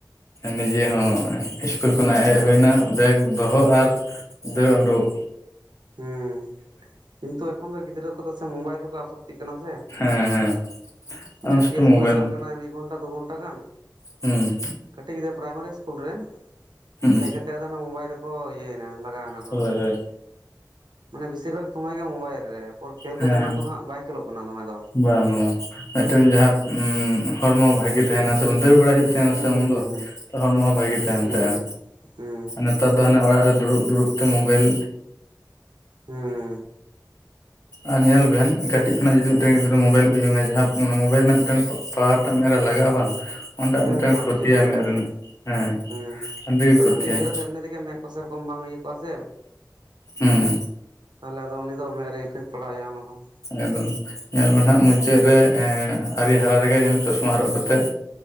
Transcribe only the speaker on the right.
ᱦᱩᱸ ᱠᱤᱱᱛᱩ ᱮᱠᱷᱚᱱ ᱫᱚ ᱜᱤᱫᱽᱨᱟᱹ ᱠᱚᱛ ᱥᱮ ᱢᱳᱵᱟᱭ ᱨᱮᱠᱚ ᱟᱥ᱾ ᱞᱟᱹᱠᱛᱤᱜ ᱠᱟᱱᱟ ᱥᱮ
ᱡᱟᱠᱮ
ᱤᱥᱠᱩᱞᱮ
ᱪᱟᱞᱟᱜ ᱠᱟᱱᱟ ᱢᱤᱫ᱾ <inaudible> ᱥᱟᱛ ᱜᱷᱚᱱᱴᱟ ᱜᱟᱱ
ᱠᱟᱹᱴᱤᱡ ᱜᱤᱫᱽᱨᱟᱹ ᱯᱨᱟᱭᱢᱟᱨᱤ ᱤᱥᱠᱩᱞ ᱨᱮ
ᱦᱮᱡ ᱠᱟᱛᱮ᱾ ᱚᱱᱟ ᱢᱳᱵᱟᱭᱤᱞ ᱨᱮᱠᱚ ᱤᱭᱟᱹᱭᱱᱟ ᱞᱟᱜᱟᱣᱱᱟ
ᱠᱚ᱾
ᱢᱟᱱᱮ ᱵᱮᱥᱤᱨ ᱵᱷᱟᱜᱽ ᱥᱚᱢᱚᱭ ᱜᱮ ᱢᱳᱵᱟᱭᱤᱞ ᱨᱮ ᱮᱚᱨ ᱠᱷᱮᱞ
ᱠᱚᱫᱚ
ᱚᱱᱟ ᱠᱚᱫᱚ ᱦᱟᱸᱜ ᱵᱟᱭ ᱠᱷᱮᱞᱞᱜ ᱠᱟᱱᱟ ᱫᱚᱢᱮ ᱫᱚ᱾
ᱦᱩᱸ
ᱦᱩᱸ
ᱦᱩᱸ
ᱦᱩᱸ
ᱦᱩᱸ
ᱦᱩᱸ
ᱦᱩᱸ
ᱦᱩᱸ ᱦᱩᱸ
ᱟᱹᱰᱤ ᱡᱳᱨ ᱞᱟᱜᱟᱜᱼᱟ
ᱦᱮᱸ
ᱦᱩᱸ
ᱛᱚ
ᱠᱟᱹᱴᱤᱡ ᱜᱤᱫᱽᱨᱟᱹ ᱫᱚ ᱮᱢᱱᱤ ᱢᱮᱫ ᱠᱚ ᱥᱮᱨᱚᱠᱚᱢ ᱵᱟᱝ ᱤᱭᱟᱹ ᱠᱚᱜᱼᱟ ᱥᱮ
ᱛᱟᱦᱚᱞᱮ ᱟᱫᱚ ᱩᱱᱤ ᱫᱚ ᱢᱮᱫ ᱨᱮ ᱤᱯᱷᱮᱠᱴ᱾ ᱵᱟᱲᱟᱭᱟ ᱚᱱᱟᱫᱚ